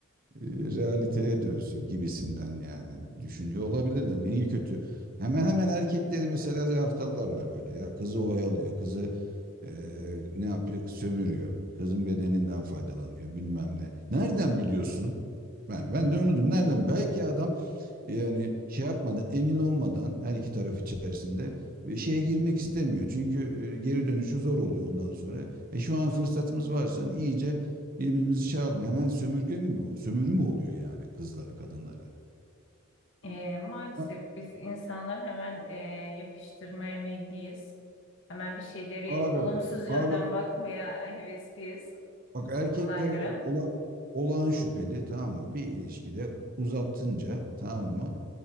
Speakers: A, on the right; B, on the left.
A: e, realiteye dönsün gibisinden yani düşünüyor olabilirler. Niye kötü? Hemen hemen erkekleri mesela yaftalarla böyle ya kızı oyalıyor, kızı e, ne yapıyor? Sömürüyor. Kızın bedeninden faydalanıyor bilmem ne. Nereden biliyorsun? Ben ben de onu diyorum. Nereden? Belki adam yani şey yapmadan, emin olmadan her iki taraf içerisinde e, şeye girmek istemiyor. Çünkü e, geri dönüşü zor oluyor ondan sonra. E şu an fırsatımız varsa hani iyice birbirimizi şey alalım. Hemen sömürge mi, o? sömürü mü oluyor yani kızları, kadınları?
B: E, maalesef
A: Ha,
B: biz insanlar hemen e, yakıştırmaya meyilliyiz. Hemen bir şeyleri
A: Abi,
B: olumsuz yönden
A: abi
B: bakmaya hevesliyiz
A: bak erkekler
B: olaylara.
A: ola, olağan şüpheli tamam mı? Bir ilişkide uzatınca tamam mı?